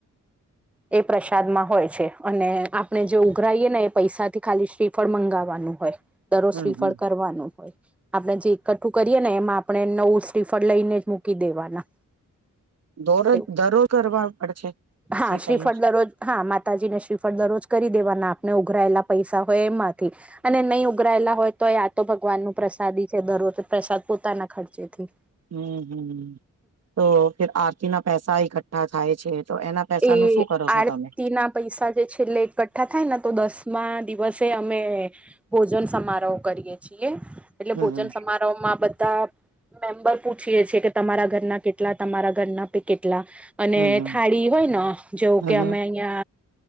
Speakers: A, in the centre; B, on the right.
A: એ પ્રસાદમાં હોય છે. અને આપણે જે ઉઘરાઈએ ને એ પૈસાથી ખાલી શ્રી ફળ મંગાવાનું હોય. દરરોજ
B: હમ
A: શ્રીફળ
B: હમ
A: કરવાનું હોય. આપણે જે એકઠું કરીએ ને એમાં આપણે નવ શ્રીફળ લઈને જ મૂકી દેવાના.
B: દોરો
A: એવું
B: દરો કરવા પડછે
A: હા
B: શ્રીફલનું?
A: શ્રીફળ દરરોજ હા માતાજીને શ્રીફળ દરરોજ કરી દેવાના આપને ઉઘરાયેલા પૈસા હોય એમાંથી. અને નહીં ઉઘરાયેલા હોય તો આ તો ભગવાન ન પ્રસાદ છે દરોજ પ્રસાદ પોતાના ખર્ચેથી
B: હમ હમ તો ફર આરતી ના પૈસા એકઠ્ઠા થાય છે તો એના પૈસાનું
A: એ
B: શું કરો
A: આરતી
B: છો તમે
A: ના પૈસા જે છેલ્લે એકઠ્ઠા થાય ન તો દસમાં દિવસે અમે ભોજન સમારોહ કરીએ છીએ. એટલે
B: હમ
A: ભોજન સમારોહમાં બધા મેમ્બર પૂછીએે છીએ કે તમારા ઘરના કેટલા તમારા ઘરના પે કેટલા. અને
B: હમ હમ
A: થાળી હોય ન જેવું
B: હમ
A: કે અમે અહીં અ